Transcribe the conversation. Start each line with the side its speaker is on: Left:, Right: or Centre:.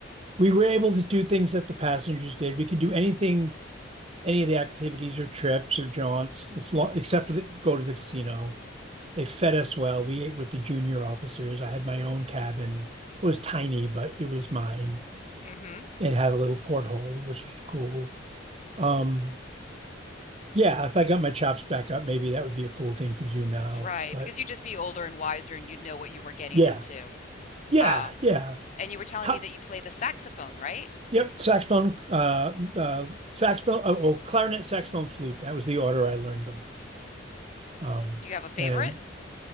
Right: we were able to do things that the passengers did. We could do anything, any of the activities or trips or jaunts, as long, except for the, go to the casino. They fed us well. We ate with the junior officers. I had my own cabin. It was tiny, but it was mine.
Left: Mhm.
Right: It had a little porthole, which was cool. Um, Yeah, if I got my chops back up, maybe that would be a cool thing to do now.
Left: Right,
Right: But
Left: because you'd just be older and wiser and you'd know what you were getting
Right: yeah,
Left: into.
Right: yeah,
Left: Ah,
Right: yeah.
Left: and you were telling
Right: How,
Left: me that you play the saxophone, right?
Right: yep, saxophone, uh, uh, saxophone, oh, oh, clarinet, saxophone, flute. That was the order I learned them. Um,
Left: Do you have a favorite?
Right: and